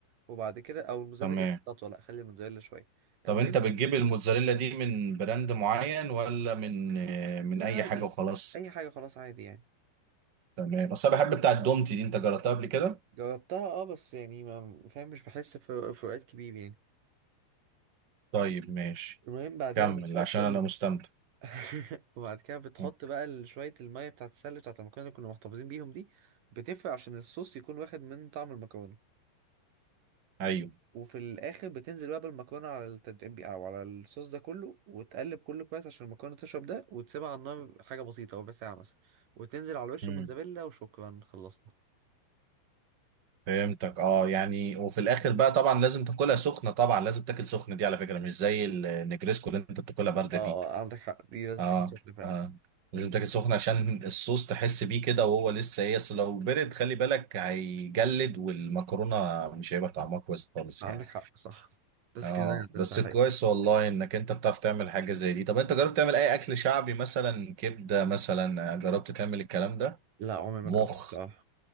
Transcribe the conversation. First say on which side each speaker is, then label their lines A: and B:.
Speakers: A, on the right (about 50°); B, on the right (about 80°).
A: وبعد كده او الموتزاريلا
B: تمام
A: دي اخر خطوه لا خلي الموتزاريلا شويه
B: طب
A: المهم
B: انت بتجيب الموتزاريلا دي من براند معين ولا من آه، من
A: لا
B: اي
A: عادي
B: حاجه وخلاص
A: اي حاجه خلاص عادي يعني
B: تمام بس انا بحب بتاع الدومتي دي انت جربتها قبل كده
A: جربتها اه بس يعني ما فاهم مش بحس بفروقات كبير يعني
B: طيب ماشي
A: المهم بعديها
B: كمل
A: بتحط
B: عشان
A: ال...
B: انا مستمتع
A: <laughs> وبعد كده بتحط
B: مم.
A: بقى ال- شوية المية بتاعت السلة بتاعت المكرونة اللي كنا محتفظين بيهم دي بتفرق عشان الصوص يكون واخد من طعم المكرونة
B: ايوه
A: وفي الآخر بتنزل بقى بالمكرونة على التتبيل أو على الصوص ده كله وتقلب كله كويس عشان المكرونة تشرب ده وتسيبها على النار حاجة بسيطة ربع ساعة مثلا وتنزل على وش
B: مم.
A: الموتزاريلا وشكرا خلصنا
B: فهمتك اه يعني وفي الاخر بقى طبعا لازم تاكلها سخنه طبعا لازم تاكل سخنه دي على فكره مش زي النجريسكو اللي انت بتاكلها بارده
A: اه آه،
B: دي
A: عندك حق دي لازم
B: اه
A: تاكل سخنة فعلا
B: اه لازم تاكل سخنه عشان الصوص تحس بيه كده وهو لسه ايه اصل لو برد خلي بالك هيجلد والمكرونه مش هيبقى طعمها كويس خالص
A: عندك
B: يعني
A: حق صح بس
B: اه
A: كده كده
B: بس
A: ده
B: كويس
A: حاجة
B: والله انك انت بتعرف تعمل حاجة زي دي طب انت جربت تعمل اي اكل شعبي مثلا كبدة مثلا جربت تعمل الكلام ده
A: لا عمري ما
B: مخ
A: جربته بصراحة